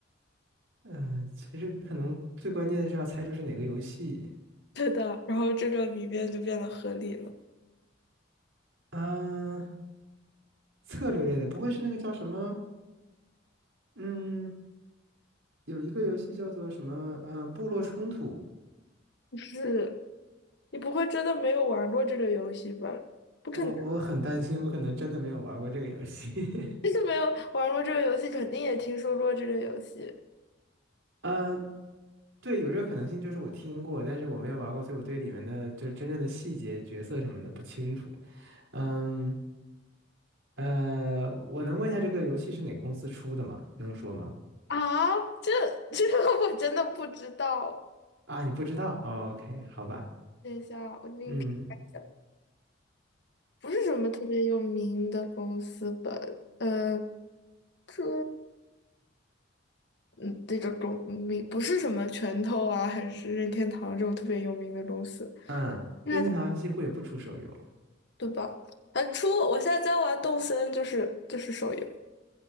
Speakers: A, on the right (about 85°); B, on the left (about 60°).
A: 嗯，呃其实可能最关键的是要猜出是哪个游戏
B: <laughs> 对的，然后这个谜面就变得合理了。
A: 嗯，策略类的，不会是那个叫什么？嗯，有一个游戏叫做什么？呃，部落冲突。
B: 是，你不会真的没有玩过这个游戏吧？不可能，
A: 我我很担心，我可能真的没有玩过这个游戏。<laughs>
B: 真的没有玩过这个游戏，肯定也听说过这个游戏
A: 呃，对，有这个可能性，就是我听过，但是我没有玩过，所以我对里面的就真正的细节、角色什么的不清楚。嗯，呃，我能问一下这个游戏是哪个公司出的吗？能说吗？
B: 啊。这这个 <laughs> 我真的不知道。
A: 啊，你不知道哦？OK，好吧。
B: 等一下，我给你看一下，
A: 嗯
B: 不是什么特别有名的公司吧？呃，这嗯，这个公名不是什么拳头啊，还是任天堂这种特别有名的公司，
A: 嗯，
B: 应该
A: 任天堂几乎也不出手游。
B: 对吧？啊，出！我现在在玩动森，就是就是手游。